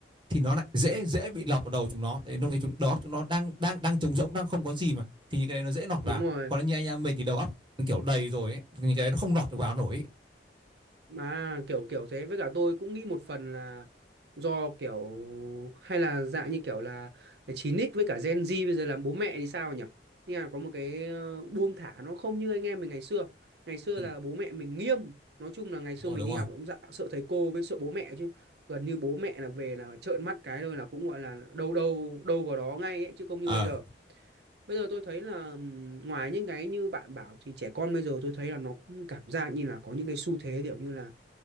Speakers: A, on the right; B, on the right.
A: thì nó lại dễ dễ bị lọt vào đầu chúng nó thế lúc đấy chúng đó chúng nó đang đang đang trống rỗng đang không có gì mà thì những cái đấy nó dễ lọt
B: đúng
A: vào
B: rồi
A: còn như anh em mình thì đầu óc kiểu đầy rồi ấy. những cái đấy nó không lọt được vào nổi
B: mà kiểu kiểu thế với cả tôi cũng nghĩ một phần là do kiểu hay là dạng như kiểu là chín x với cả Gen Z bây giờ làm bố mẹ thì sao nhỉ nhưng mà có một cái ờ, buông thả nó không như anh em mình ngày xưa ngày xưa
A: Ừ,
B: là bố mẹ mình nghiêm nói chung là ngày
A: đúng
B: xưa
A: rồi
B: mình
A: đúng
B: đi
A: rồi
B: học là cũng dạ, sợ thầy cô với sợ bố mẹ chứ gần như bố mẹ là về là trợn mắt cái thôi là cũng gọi là đâu đâu đâu vào đó ngay ấy, chứ không như
A: ờ
B: bây giờ Bây giờ tôi thấy là ừm, ngoài những cái như bạn bảo thì trẻ con bây giờ tôi thấy là nó cũng cảm giác như là có những cái xu thế kiểu như là